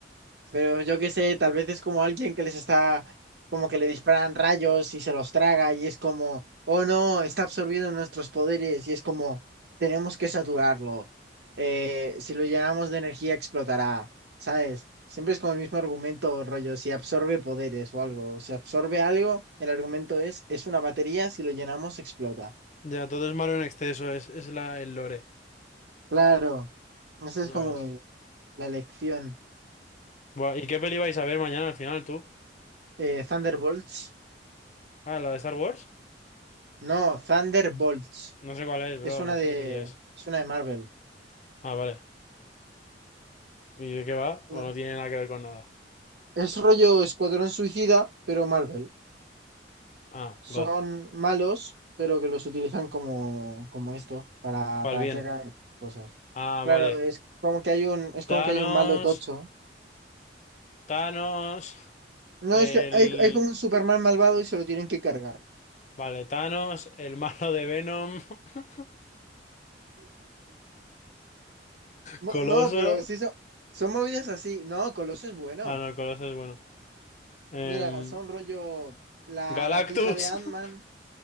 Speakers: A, on the right; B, on the left.
A: Pero yo qué sé, tal vez es como alguien que les está, como que le disparan rayos y se los traga y es como, oh no, está absorbiendo nuestros poderes y es como, tenemos que saturarlo. Eh, si lo llenamos de energía explotará, ¿sabes? Siempre es como el mismo argumento, rollo, si absorbe poderes o algo, si absorbe algo, el argumento es, es una batería, si lo llenamos explota.
B: Ya, todo es malo en exceso, es, es la, el lore.
A: Claro, esa
B: Ya
A: es como
B: ves.
A: el- la lección.
B: Buah, ¿y qué peli vais a ver mañana al final, tú?
A: Eh, Thunderbolts.
B: Ah, ¿la de Star Wars?
A: No, Thunderbolts.
B: No sé cuál es, bro,
A: Es una
B: no
A: de,
B: sé qué peli es.
A: es una de Marvel.
B: Ah, vale. ¿Y de qué va? ¿O
A: Una-
B: no tiene nada que ver con nada?
A: Es rollo Escuadrón Suicida, pero Marvel.
B: Ah,
A: Son
B: God.
A: malos, pero que los utilizan como, como esto, para,
B: Pal
A: para
B: bien.
A: que hagan cosas.
B: Ah,
A: Claro,
B: vale.
A: es como que hay un, es
B: Thanos.
A: como que hay un malo tocho.
B: Thanos. El...
A: No, es que hay, hay como un Superman malvado y se lo tienen que cargar.
B: Vale, Thanos, el malo de Venom. <laughs>
A: Mo-
B: Coloso.
A: No, pero sí son, son movidas así. No, Coloso es bueno.
B: Ah, no, Coloso es bueno. Em,
A: Mira, son rollo la,
B: Galactus.
A: la tipa de Ant-Man.
B: <laughs>